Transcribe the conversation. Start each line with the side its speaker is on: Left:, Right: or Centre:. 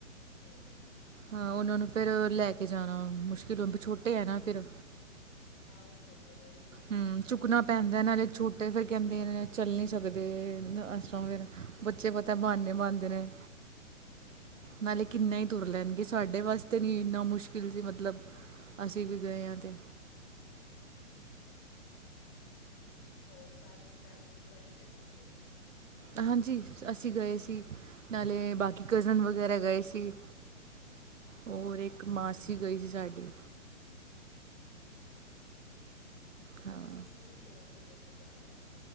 Left: ਹੂੰ,
Right: ਹਾਂ, ਉਹਨਾਂ ਨੂੰ ਫਿਰ ਲੈ ਕੇ ਜਾਣਾ ਮੁਸ਼ਕਿਲ ਛੋਟੇ ਹੈ ਨਾ ਫਿਰ।
Left: ਹਾਂ, ਉਹ ਛੋਟੇ ਮੇ ਨ
Right: ਹੂੰ, ਚੁੱਕਣਾ ਪੈਂਦਾ ਇਹਨਾਂ ਛੋਟੇ ਫੇਿਰ ਕਹਿੰਦੇ ਚੱਲ ਨਹੀਂ ਸਕਦੇ। ਇਸ ਤਰ ਫਿਰ ਬੱਚੇ ਪਤਾ ਬੇ ਬਣਾਦੇ ਨੇ।
Left: ਹਾਂ,
Right: ਨਾਲੇ ਕਿੰਨਾ ਹੀ ਤੁਰ ਲੈਣਗੇ ਸਾਡੇ ਵਾਸਤੇ ਨੀ ਇੰਨਾ ਮੁਸ਼ਕਿਲ ਸੀ। ਮਤਲਬ- ਅਸੀਂ ਵੀ ਗਏ ਹਾਂ, ਤੇ
Left: ਹੋਰ ਸਭ ਫੈਮਲੀ, ਜੁਆਇੰਟ ਫੈਮਿਲੀ ਗਈ ਨਾ।
Right: ਹਾਂਜੀ, ਅਸੀਂ ਗਏ ਸੀ ਨਾਲੇ ਬਾਕੀ ਕਜ਼ਨ ਵਗੈਰਾ ਗਏ ਸੀ। ਹੋਰ ਇੱਕ ਮਾਸੀ ਗਈ ਸੀ ਸਾਡੀ।
Left: ਹਾਂ,
Right: ਹਾਂ
Left: ਬਸ ਅਸੀਂ ਵੀ ਸੋਚ ਹੀ ਰਹੇ ਸੀ ਜਾਣਾ